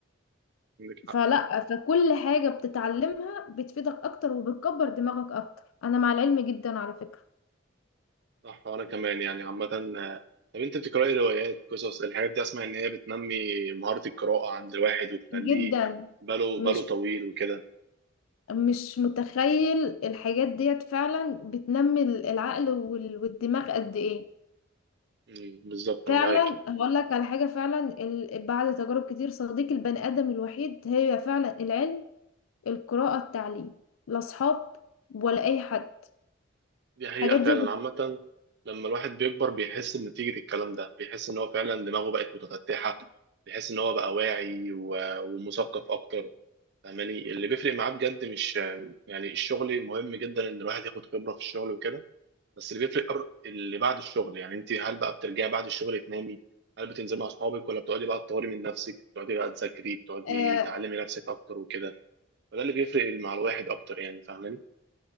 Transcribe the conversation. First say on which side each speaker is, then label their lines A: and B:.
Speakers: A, on the right; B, on the left.
A: عندك حق
B: فلا فكل حاجه بتتعلمها بتفيدك اكتر وبتكبر دماغك اكتر انا مع العلم جدا على فكره
A: صح وانا كمان يعني عامة آه، طب انت بتقرأي روايات قصص الحاجات دي اسمع ان هي بتنمي مهارة القراءة عند الواحد وتخليه
B: جدا
A: باله
B: مش
A: باله طويل وكده
B: مش متخيل الحاجات ديت فعلا بتنمي العقل وال- والدماغ قد ايه
A: مم، بالظبط انا
B: فعلا
A: معاك
B: هقول لك على حاجة فعلا ال- بعد تجارب كتير صديق البني آدم الوحيد هي فعلا العلم القراءة التعليم لا أصحاب ولا أي حد
A: دي حقيقة
B: الحاجات دي
A: فعلا
B: بت...
A: عامة لما الواحد بيكبر بيحس بنتيجة الكلام ده بيحس إن هو فعلا دماغه بقت متفتحة بيحس إن هو بقى واعي و- ومثقف أكتر فاهماني اللي بيفرق معاه بجد مش يعني الشغل مهم جدا إن الواحد ياخد خبرة في الشغل وكده بس اللي بيفرق أر- اللي بعد الشغل يعني أنت هل بقى بترجعي بعد الشغل تنامي هل بتنزلي مع أصحابك ولا بتقعدي بقى تطوري من نفسك بتقعدي بقى تذاكري بتقعدي
B: آه
A: تعلمي نفسك أكتر وكده فده اللي بيفرق مع الواحد أكتر يعني فاهماني؟